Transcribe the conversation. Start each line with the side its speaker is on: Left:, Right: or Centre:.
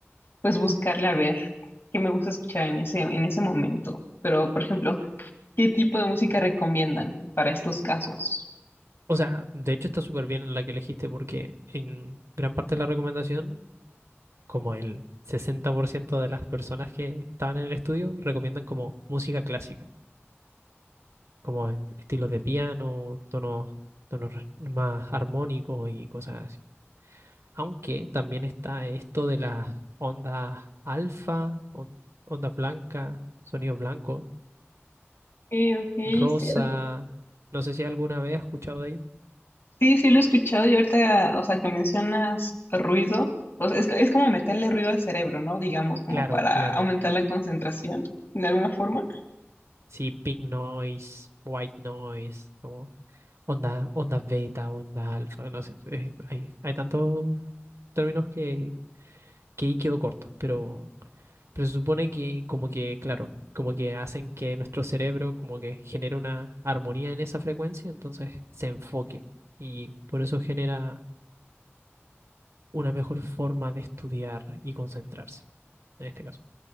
Left: pues buscarle a ver qué me gusta escuchar en ese, en ese momento. Pero, por ejemplo, ¿qué tipo de música recomiendan para estos casos?
Right: O sea, de hecho está súper bien la que elegiste porque en gran parte de la recomendación como el 60% de las personas que estaban en el estudio recomiendan como música clásica, como e- estilos de piano, tonos, tonos re- más armónicos y cosas así. Aunque también está esto de las ondas alfa, on- ondas blancas, sonidos blancos,
Left: Ok, ok,
Right: rosa.
Left: sí,
Right: No sé si alguna vez has escuchado de ellos.
Left: sí, sí lo he escuchado y ahorita, o sea, que mencionas ruido, o sea, es, es como meterle ruido al cerebro, ¿no? Digamos, como
Right: Claro,
Left: para
Right: claro.
Left: aumentar la concentración, de alguna forma.
Right: Sí, pink noise, white noise, como onda ondas beta, ondas alfa, no sé. eh, hay, hay tantos términos que, que ahí quedó corto, pero, pero se supone que como que, claro, como que hacen que nuestro cerebro como que genere una armonía en esa frecuencia, entonces se enfoque y por eso genera una mejor forma de estudiar y concentrarse, en este caso.